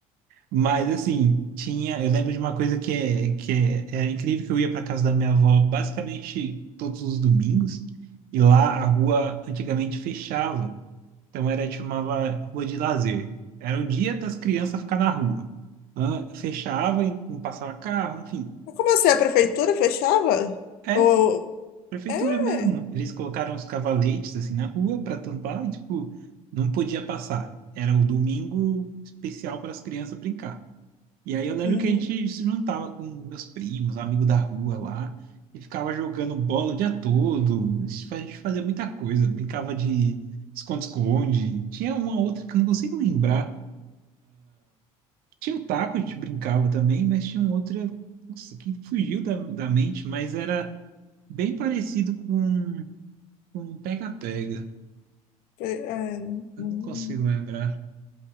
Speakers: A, on the right (about 55°); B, on the left (about 55°).
A: mas, assim, tinha. Eu lembro de uma coisa que é, que é, era incrível, que eu ia para casa da minha avó basicamente todos os domingos, e lá a rua antigamente fechava. Então era chamava Rua de Lazer. Era o dia das crianças ficar na rua. Hã? Fechava, e não passava carro, enfim.
B: Eu comecei a prefeitura, fechava?
A: É,
B: Ou.
A: prefeitura
B: É.
A: mesmo. Eles colocaram os cavaletes assim na rua para tampar e tipo não podia passar. Era um domingo especial para as crianças brincar. E aí eu lembro
B: Uhum.
A: que a gente se juntava com meus primos, amigos da rua lá, e ficava jogando bola o dia todo. A gente fazia muita coisa, brincava de esconde-esconde. Tinha uma outra que eu não consigo lembrar Tinha o taco, a gente brincava também, mas tinha um outro, nossa, que fugiu da, da mente, mas era bem parecido com com um pega-pega.
B: É, é,
A: Eu
B: uhum.
A: não consigo lembrar.